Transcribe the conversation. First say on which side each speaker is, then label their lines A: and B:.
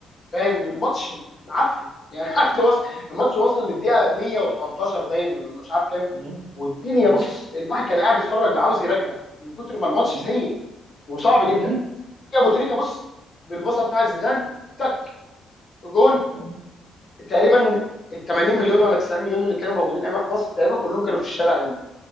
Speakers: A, on the left; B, on the right.
A: فاهم والماتش معفن يعني <laughs> عارف ده وصل
B: م-
A: الماتش وصل للدقيقه 118 باين ولا مش عارف كام
B: م-
A: والدنيا
B: م-
A: بص الواحد كان قاعد بيتفرج عاوز يرجع من كتر ما الماتش
B: م-
A: سيء وصعب جدا
B: م-
A: يا ابو تريكه بص بالبصه بتاعت زيدان تك جون
B: م-
A: تقريبا ال 80 مليون ولا 90 مليون اللي كانوا موجودين ايامها في مصر تقريبا كلهم كانوا في الشارع يومها